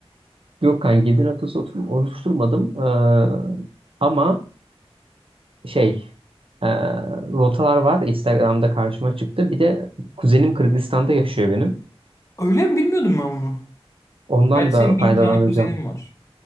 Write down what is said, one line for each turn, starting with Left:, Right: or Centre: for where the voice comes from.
Right: Yok kanka gelir atası otur- oluşturmadım. Ee, ama şey e, rotalar var Instagram'da karşıma çıktı. Bir de kuzenim Kırgızistan'da yaşıyor benim.
Left: Öyle mi bilmiyordum ben bunu.
Right: Ondan
Left: Gerçi
Right: da
Left: senin
Right: faydalanacağım.
Left: bin tane kuzenin var.